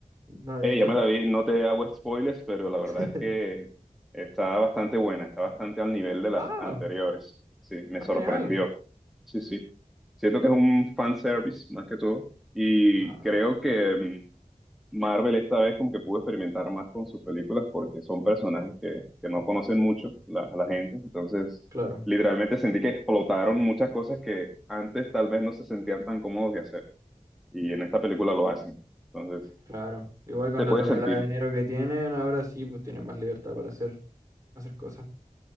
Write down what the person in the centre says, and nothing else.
Eh,
ya me la vi, no te hago spoilers, pero la verdad
es que está bastante buena, está bastante al nivel de las
anteriores. Sí, me
sorprendió.
Sí, sí. Siento que es un fan service más que todo y
creo que mm, Marvel esta vez como que pudo experimentar más con sus películas porque son personajes que, que no conocen mucho la, la gente. Entonces,
literalmente sentí que explotaron muchas cosas que antes tal vez no se sentían tan cómodos de hacer. Y en esta película lo hacen. Entonces,
se puede
sentir.